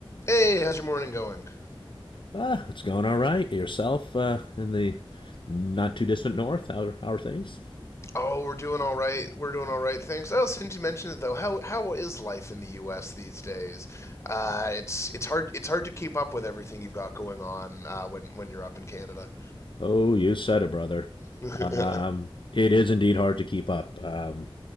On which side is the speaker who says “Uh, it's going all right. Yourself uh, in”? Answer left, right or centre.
Left